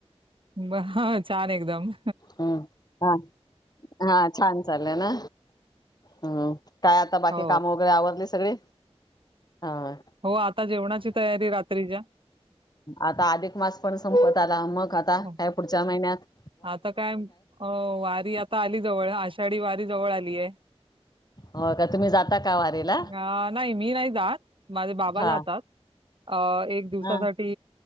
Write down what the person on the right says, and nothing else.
बघा छान एकदम!
हो
हो आता जेवणाची तयारी रात्रीच्या.
हो
आता कायं अ वारी आता आली जवळं आषाढी वारी जवळं आली आहे.
अ नाहीं मी नाहीं जातं माझे बाबा
जातात. अ एक दिवसांसाठी.